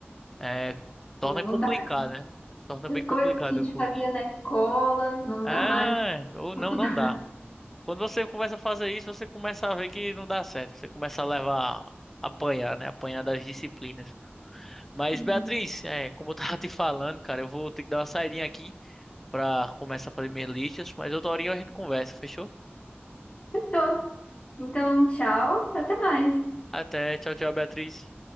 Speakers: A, in the centre; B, on the left.
A: É, torna
B: Então, não
A: complicado,
B: dá assim,
A: né? Torna bem
B: as
A: complicado
B: coisas que a
A: o
B: gente
A: curso.
B: fazia na escola, não
A: É,
B: dá mais
A: ou não,
B: na faculdade.
A: não dá. Quando você começa a fazer isso, você começa a ver que não dá certo. Você começa a levar, apanhar, né? Apanhar das disciplinas. Mas,
B: <laughs>
A: Beatriz, é, como eu tava <laughs> te falando, cara, eu vou ter que dar uma saidinha aqui pra começar a fazer minhas listas. Mas outra horinha a gente conversa, fechou?
B: Fechou. Então, tchau, até mais.
A: Até, tchau, tchau, Beatriz.